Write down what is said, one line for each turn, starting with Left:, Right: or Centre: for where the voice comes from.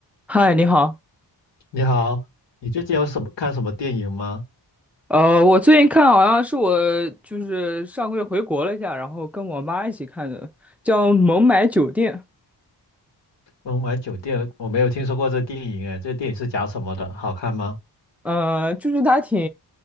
Centre: 嗨，你好。
Left: 你好，你最近有什么看什么电影吗？
Centre: 呃，我最近看好像是我就是上个月回国了一下，然后跟我妈一起看的，叫《孟买酒店》。
Left: 孟买酒店，我没有听说过这电影哎，这电影是讲什么的？好看吗？
Centre: 呃，就是它挺，